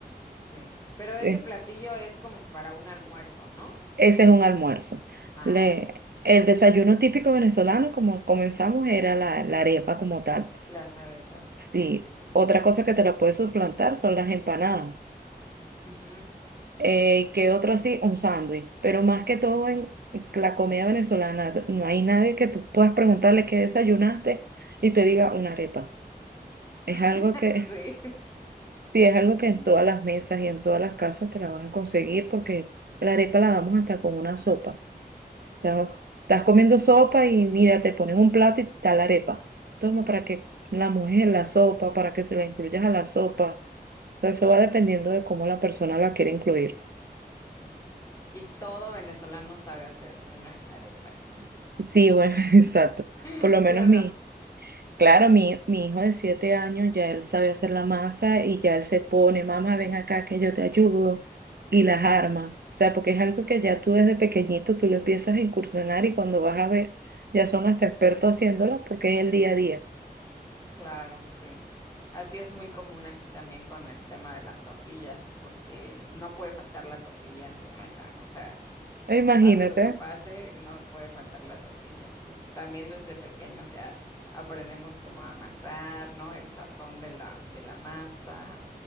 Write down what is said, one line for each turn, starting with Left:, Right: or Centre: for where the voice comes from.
Left: Sí. Pero ese
Right: <laughs>
Left: platillo es como para un almuerzo, ¿no?
Right: Ese es un almuerzo.
Left: Ah,
Right: Le-
Left: ok.
Right: el desayuno típico venezolano, como comenzamos, era la, la arepa como tal.
Left: Las arepas. Sí,
Right: Sí.
Left: sí, sí.
Right: Otra cosa que te la puedes suplantar son las empanadas.
Left: Ujú.
Right: Eh, ¿qué otro así? Un sándwich. Pero más que todo en la comida venezolana, no hay nadie que tú puedas preguntarle qué desayunaste y te diga una arepa. Es algo
Left: <laughs>
Right: que,
Left: Sí.
Right: sí, es algo que en
Left: <laughs>
Right: todas las mesas y en todas las casas te la van a conseguir porque la arepa la damos hasta con una sopa.
Left: Sí,
Right: sea, Estás comiendo sopa y mira, te ponen un plato y está la arepa. Toma para que la mojes en la sopa, para que se la incluyas a la sopa. O sea, eso va dependiendo de cómo la persona la quiere incluir.
Left: sí. Y todo venezolano sabe hacer una arepa.
Right: Sí, bueno, <laughs> exacto.
Left: <laughs>
Right: Por lo menos
Left: ¿Sí o no?
Right: mi, claro, mi, mi hijo de siete años ya él sabe hacer la masa y ya él se pone, mamá, ven acá que yo te ayudo y las arma. O sea, porque es algo que ya tú desde pequeñito tú lo empiezas a incursionar y cuando vas a ver, ya son hasta expertos haciéndolo porque es el día a día.
Left: Claro, sí. Así es muy común aquí también con el tema de las tortillas, porque no puede faltar la tortilla en tu mesa. O sea,
Right: E Imagínate.
Left: Pase lo que pase, no puede faltar la tortilla. Entonces, también desde pequeños ya aprendemos cómo amasar, ¿no? El sazón de la, de la masa.